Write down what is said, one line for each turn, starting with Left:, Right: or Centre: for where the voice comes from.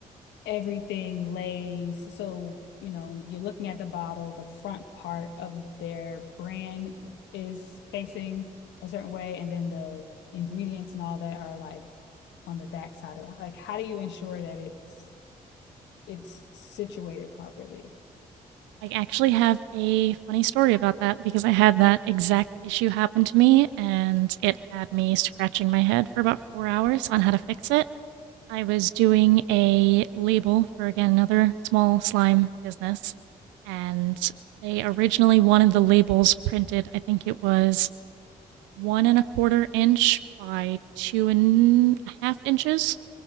Left: everything lays so you know you're looking at the bottle the front part of their brand is facing a certain way and then the ingredients and all that are like on the back side of it like how do you ensure that it's it's situated properly
Right: I actually have a funny story about that because I had that exact issue happen to me and it had me scratching my head for about four hours on how to fix it. I was doing a label for again another small slime business, and they originally wanted the labels printed. I think it was one and a quarter inch by two and a half inches,